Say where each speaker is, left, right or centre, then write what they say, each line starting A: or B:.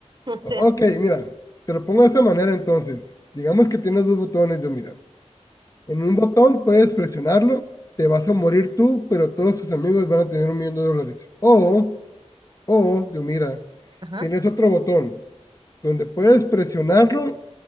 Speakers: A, on the right; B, on the left.
A: <laughs> O sea,
B: Ok, mira, te lo pongo de esta manera entonces. Digamos que tienes dos botones, yo mira. En un botón puedes presionarlo, te vas a morir tú, pero todos tus amigos van a tener un millón de dólares. O O, yo mira,
A: ajá.
B: tienes otro botón donde puedes presionarlo